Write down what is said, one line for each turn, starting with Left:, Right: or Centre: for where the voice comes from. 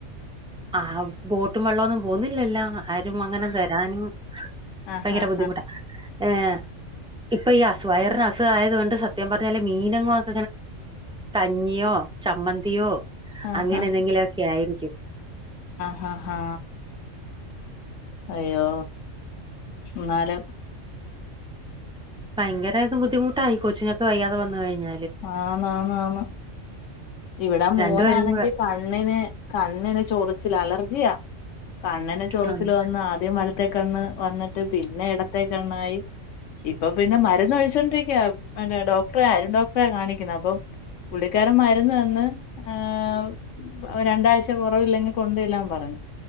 Centre: ആ ബോട്ടും വള്ളൊന്നും പോന്നില്ലല്ലോ ആ ആരും അങ്ങനെ വരാനും
Left: ആ
Centre: ഭയങ്കര
Left: ആ
Centre: ബുദ്ധിമുട്ടാ
Left: ആ
Centre: ഏ ഇപ്പൊ ഈ അസുഖ വയറിന് അസുഖാ <unintelligible> കൊണ്ട് സത്യം പറഞ്ഞാല് മീനെങ്ങും അങ് കഞ്ഞിയോ ചമ്മന്തിയോ
Left: ആഹ്
Centre: അങ്ങനെ
Left: ഹാ
Centre: എന്തെങ്കിലുമൊക്കെ ആയിരിക്കും
Left: ഹാ ആഹ് അയ്യോ ന്നാലും
Centre: ഭയങ്കരയിത് ബുദ്ധിമുട്ടായി കൊച്ചിങ്ങക്ക് വയ്യാതെ വന്നു കഴിഞ്ഞ
Left: ആന്ന് ആന്ന് ആന്ന് ഇവിടെ മോനാണെങ്കി
Centre: രണ്ടുപേരും കൂടെ
Left: കണ്ണിന് കണ്ണിന് ചോറിച്ചില അലർജിയാ കണ്ണിന് ചൊറിച്ചില്
Centre: ആഹ്
Left: വന്ന് ആദ്യം വലത്തേ കണ്ണ് വന്നിട്ട് പിന്നെ എടത്തേ കണ്ണായി ഇപ്പൊ പിന്നെ മരുന്ന് ഒഴിച്ചോണ്ടിരിക്കാന്നെ ഡോക്ടറെ അരുൺ ഡോക്ടറെ കാണിക്കണേ അപ്പ <inaudible> രുന്ന് തന്ന് ഏ രണ്ടാഴ്ച കുറവില്ലെങ്കിൽ കൊണ്ടെല്ലാൻ പറഞ്ഞു